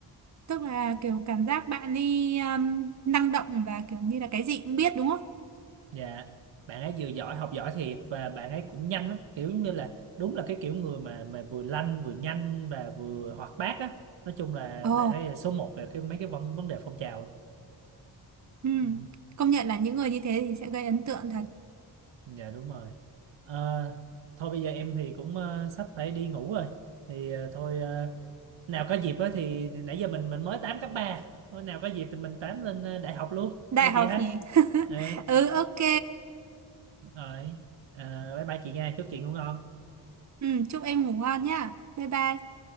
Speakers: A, on the right; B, on the right.
A: tức là kiểu cảm giác bạn đi um, năng động và kiểu như là cái gì cũng biết đúng không?
B: Dạ, bạn ấy vừa giỏi học giỏi thiệt và bạn ấy cũng nhanh lắm, kiểu như là đúng là cái kiểu người mà mà vừa lanh vừa nhanh và vừa hoạt bát á. Nói chung là
A: ồ
B: bạn ấy là số một về cái mấy cái vấn vấn đề phong trào luôn.
A: ừ.
B: Ừ,
A: Công nhận là những người như thế thì sẽ gây ấn tượng thật.
B: dạ đúng rồi. Ờ, thôi bây giờ em thì cũng ờ, sắp phải đi ngủ rồi. Thì ờ, thôi ờ, nào có dịp á thì, thì nãy giờ mình mình mới tám cấp 3, Thôi nào có dịp thì mình tám lên ờ, đại học luôn
A: Đại
B: nha
A: học
B: chị ha.
A: nhỉ? <laughs>
B: Ừ,
A: Ừ, ok.
B: rồi. Ờ, bye bye chị nha, chúc chị ngủ ngon.
A: Ừ, chúc em ngủ ngon nhá. Bye bye.